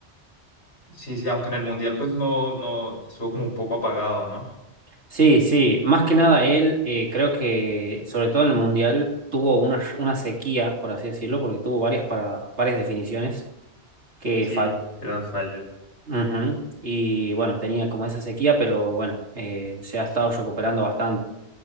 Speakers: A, on the left; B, on the right.
A: Sí, sí, aunque en el Mundial pues no, no, estuvo como un poco apagado, ¿no?
B: Sí, sí, más que nada él, eh, creo que sobre todo en el Mundial tuvo una, una sequía, por así decirlo, porque tuvo varias, para, varias definiciones que
A: Sí,
B: falló
A: era falla.
B: Ujú. Y bueno, tenía como esa sequía, pero bueno, eh, se ha estado recuperando bastante,